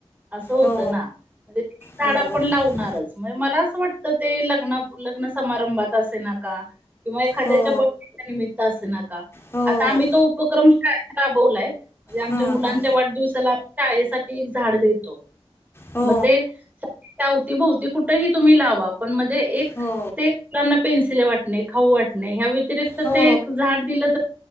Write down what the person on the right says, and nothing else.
असं होतं
ना म्हणजे झाडं
पण लावणारच.
मला असं वाटतं ते लग्ना लग्न समारंभात असे ना का. किंवा एखाद्याच्या
<unintelligible> निमित्त असं ना का.
आता आम्ही तो उपक्रम शाळेेत राबवलाय म्हणजे आमच्या
मुलांच्या
वाढदिवसाला शाळेसाठी एक झाड देतो.
मग ते <unintelligible> अवतीभवती कुठेही तुम्ही लावा. पण म्हणजे एक
तेलाना पेन्सिल वाटणे, खाऊ वाटणे, ह्या व्यतिरिक्त तर
ते एक झाड दिलं तर